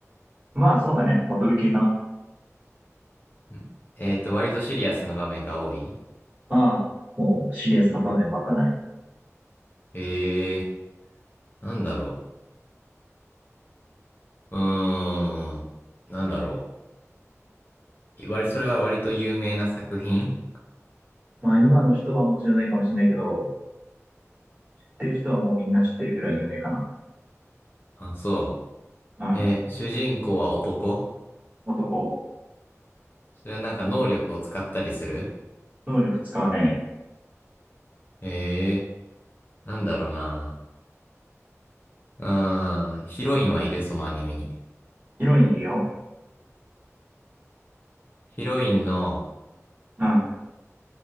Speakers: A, on the right; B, on the left.
A: まあ、そうだね。バトル系かな。
B: うんえっと、割とシリアスな場面が多い
A: ああ、もうシリアスな場面ばっかだね。
B: へえ、なんだろう。うーん、なんだろう。割、それは割と有名な作品
A: まあ、今の人はもう知らないかもしれないけど、知ってる人はもうみんな知ってるぐらい有名か
B: あ、そ
A: な。
B: う。えー主人公は男
A: うん。男。
B: それはなんか能力を使ったりする
A: 能力使うね。
B: へえ、なんだろうな。うーん、ヒロインはいるそのアニメに。
A: ヒロインいるよ。
B: ヒロインの、
A: うん。